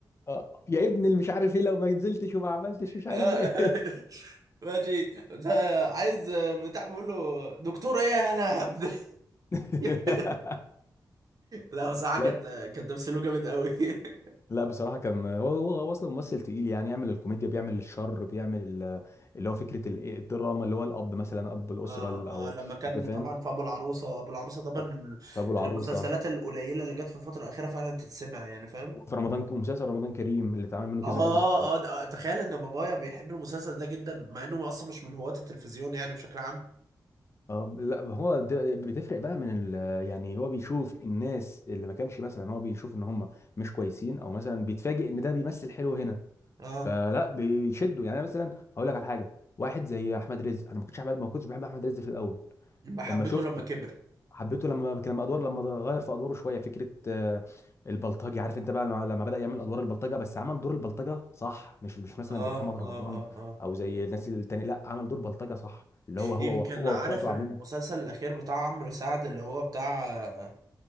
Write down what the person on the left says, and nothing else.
اه يا ابني اللي مش عارف ايه لو ما نزلتش وما عملتش مش
عارف ايه
<laughs>
لا
لا بصراحه كان هو هو هو اصلا ممثل تقيل يعني يعمل الكوميديا بيعمل الشر بيعمل ال- اللي هو فكره ال- الدراما اللي هو الاب مثلا اب الاسره
ال- او
انت فاهم
ف- فابو العروسه
وفي رمضان ومسلسل رمضان كريم اللي اتعمل منه
كذا جزء
أم لا هو ده بتفرق بقى من ال يعني هو بيشوف الناس اللي ما كانش مثلا هو بيشوف ان هم مش كويسين او مثلا بيتفاجئ ان ده بيمثل حلو هنا
فلا بيشدوا يعني أنا مثلا هقول لك على حاجه واحد زي احمد رزق انا ما كنتش احمد ما كنتش بحب احمد رزق في الاول
لما شفته
حبيته لما لما ادوار لما غير في ادواره شويه فكره آه، البلطجي عارف انت بقى لما لما بدا يعمل ادوار البلطجه بس عمل دور البلطجه صح مش مش مثلا
زي محمد رمضان
او زي الناس التانية لا عمل دور بلطجه صح اللي هو هو
وأخ- هو
واخواته
عاملين